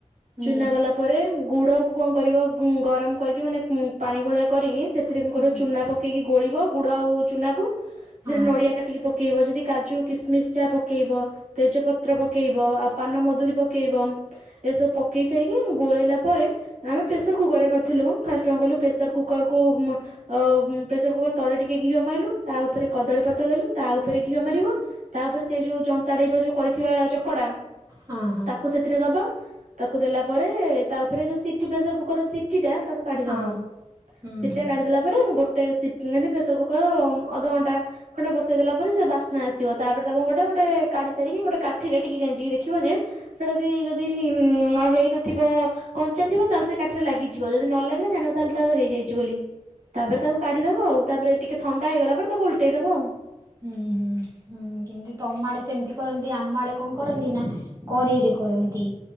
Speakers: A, on the right; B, on the right.
A: ହୁଁ
B: ଚୁନା କଲା ପରେ ଗୁଡକୁ କଣ କରିବ ଗୁଁ ଗରମ କରିକି ମାନେ ଉଁ ପାଣି ଭଳିଆ କରିକି ସେଥିରେ କଣ
A: ହୁଁ
B: କରିବ ଚୁନା ପକେଇକି ଗୋଳିବ ଗୁଡ଼ ଆଉ ଚୁନାକୁ। ସେଥିରେ
A: ହଁ।
B: ନଡିଆ କାଟିକି ପକେଇବ ଯଦି କାଜୁ, କିସମିସ ଯାହା ପକ ପକେଇବ ତେଜ ପତ୍ର ପକେଇବ ଆଉ ପାନ ମଧୁରୀ ପକେଇବ। ଏସବୁ ପକେଇ ସାରିକି ଗୋଳେଇଲା ପରେ ଆମେ ପ୍ରେସର କୁକର ରେ କରିଥିଲୁ। ଫାଷ୍ଟ କଣ କଲୁ ପ୍ରେସର କୁକର କୁ ଉଁ ଅ ପ୍ରେସର କୁକର ତଳେ ଟିକେ ଘିଅ ମାଇଲୁ ତା ଉପରେ କଦଳୀ ପତ୍ର ଦେଲୁ ତା ଉପରେ ଘିଅ ମାରିବ। ତା ଉପରେ ସେ ଯୋଉ ଜନ୍ତା ଟାଇପ ର ଯୋଉ କରିଥିବା ଚକଡା
A: ହଁ ହଁ
B: ତାକୁ ସେଥ ଥିରେ ଦବ। ତାକୁ ଦେଲା ପରେ ତା ଉପରେ ଯୋଉ ସିଟି ପ୍ରେସର କୁକର ର ସିଟି ଟିଟା ତାକୁ କାଢିଦବ
A: ହଁ ହୁଁ
B: ସିଟିଟା
A: ହୁଁ
B: କାଢିଦେଲା ପ ପରେ ଗୋଟେ ସିଟି ମାନେ ପ୍ରେସର କୁକର ଅଧଘଣ୍ଟା ଖଣ୍ଡେ ବସେଇଦଲା ପରେ ସେ ବାସ୍ନା ଆସିବ। ତାପରେ ତାକୁ କଣ କ କାଢି ସାରିକି ଗୋଟେ କାଠିରେ ଟିକେ ଗେଂଜିକି ଦେଖିବ ଯେ ସେଟା ଯଦି ଯଦି ନ ହେଇନଥିବ କଞ୍ଚା ଥିବ ତାହେଲେ ସେ କାଠିରେ ଲାଗିଯିବ ଯଦି ନ ଲାଗିଲା ଜାଣିବ ତାହେଲେ ତା ହେଇଯାଇଛି ବୋଲି। ତାପରେ ତାକୁ କାଢିଦବ ଆଉ ତାପରେ ଟିକେ ଥଣ୍ଡା ହେଇଗଲା ପରେ ତାକୁ ଉଲଟେଇଦବ ଆଉ।
A: ହୁଁ ହୁଁ ହୁଁ କିନ୍ତୁ ତମ ଆଡେ ସେମିତି କରନ୍ତି ଆମ ଆଡେ କଣ କରନ୍ତି ନା କରେଇରେ କରନ୍ତି।